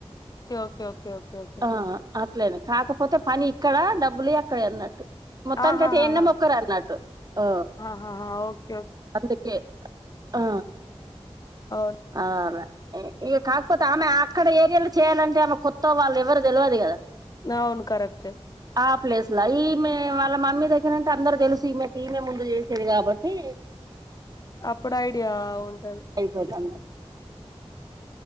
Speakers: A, on the left; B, on the right.
A: ఓకే ఓకే ఓకే ఓకే
B: ఆ అట్లేనే కాకపోతే పని ఇక్కడ డబ్బులు అక్కడ అన్నట్టు మొత్తానికైతే
A: ఆహాహాహా
B: ఏఎన్ఎం ఒక్కరే అన్నట్టు ఆ
A: ఆఆ ఓ
B: అందుకే ఆ
A: అవున్
B: ఆ అలా ఇగ కాక్పోతే ఆమె అక్కడ ఏరియాలో చేయాలంటే ఆమె కొత్త వాళ్ళు ఎవరు తెలువదు కదా
A: అవును కరెక్టే
B: ఆ ప్లేస్‌లా ఈమె వాళ్ళ మమ్మీ దగ్గరుంటే అందరు తెలుసు ఈమెకి ఈమె ముందు చేసేది కాబట్టి
A: అప్పుడు ఐడియా ఉంటది
B: అయిపోతాంది